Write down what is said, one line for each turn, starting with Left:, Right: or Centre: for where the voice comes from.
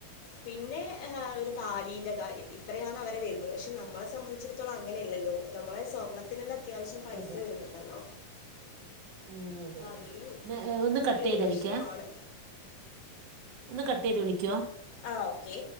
Left: പിന്നെ ഏഹ് ഒര് താലീന്റെ കാര്യം ഇത്രയാണ് അവരെ വെരുന്നത് പക്ഷെ നമ്മളെ സംബന്ധിച്ചട ത്തോളം അങ്ങനല്ലല്ലോ നമ്മളെ സ്വർണ്ണത്തിനെന്ന അത്യാവശ്യം പൈസ
Right: അതെ
Left: വരുന്നുണ്ടല്ലോ.
Right: ഉം അതെയതെ
Left: അപ്പോൾ അതൊരു
Right: ന്ന് എഹ് ഒന്ന്
Left: വലിയൊരു
Right: കട്ടെയ്തടിക്കെ.
Left: പ്രശ്നമാണ്
Right: ഒന്ന് കട്ടെയ്ത് വിളിക്കോ?
Left: ആഹ് ഓക്കെ